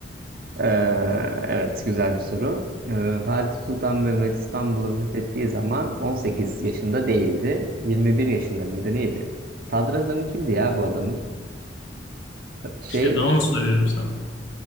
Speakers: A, on the right; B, on the left.
A: Ee, evet güzel bir soru. Ee, Fatih Sultan Mehmet İstanbul'u fethettiği zaman 18 yaşında değildi. 21 yaşında mıydı neydi? Sadrazamı kimdi ya bu adamın? Şey
B: İşte ben onu soruyorum sana.